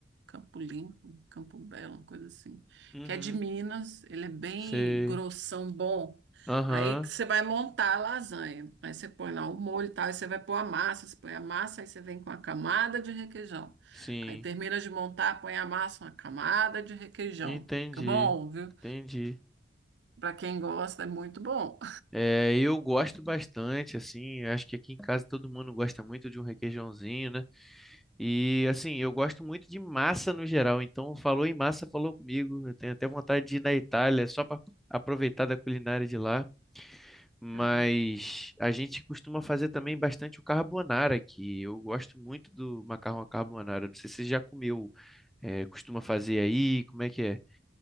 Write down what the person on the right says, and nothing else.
Campo Limpo, Campo Belo, uma coisa assim,
que é de Minas, ele é bem
grossão, bom.
Aí que você vai montar a lasanha, aí você põe lá o molho e tal, aí você vai pôr a massa, você põe a massa, aí você vem com a camada de requeijão.
Aí termina de montar, põe a massa, uma camada de requeijão.
Fica bom, viu?
Para quem gosta, é muito bom.
<laughs>